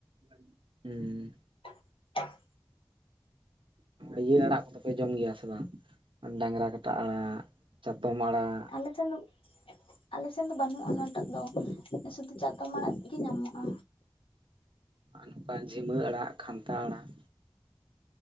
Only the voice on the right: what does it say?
ᱦᱩᱸ
ᱤᱭᱟᱹ ᱟᱲᱟᱜ ᱠᱚᱫᱚᱯᱮ ᱡᱚᱢ ᱜᱮᱭᱟ ᱥᱮ ᱵᱟᱝ ᱰᱟᱝᱨᱟ ᱠᱟᱴᱟ ᱟᱲᱟᱜ ᱪᱟᱛᱚᱢ ᱟᱲᱟᱜ
ᱱᱚᱝᱠᱟ ᱡᱷᱤᱢᱟᱹ ᱟᱲᱟᱜ ᱠᱷᱟᱱᱛᱟᱷᱟ ᱟᱲᱟᱜ